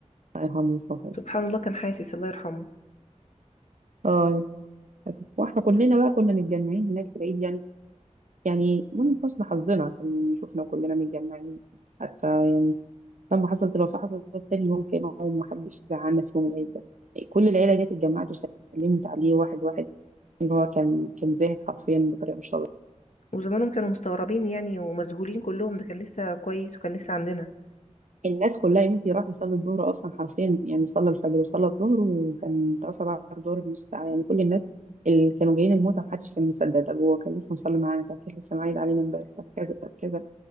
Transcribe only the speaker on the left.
سبحان الله كان حاسس الله يرحمه
وزمانهم كانوا مستغربين يعني ومذهولين كلهم ده كان لسه كويس وكان لسه عندنا